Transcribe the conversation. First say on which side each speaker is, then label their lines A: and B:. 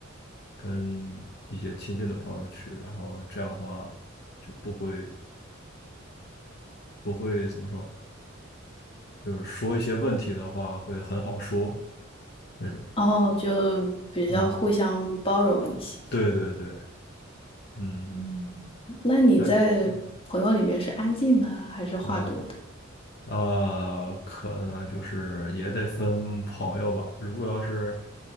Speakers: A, on the left (about 55°); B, on the left (about 30°).
A: 跟一些亲近的朋友去，然后这样的话就不会不会怎么说。就是说一些问题的话会很好说这种。
B: 哦，就比较互相包容一些。
A: 嗯，对对对，嗯，
B: 嗯，那你在朋友里面是安静的还是话多的？
A: 那那嗯啊，可能就是也得分朋友吧。如果要是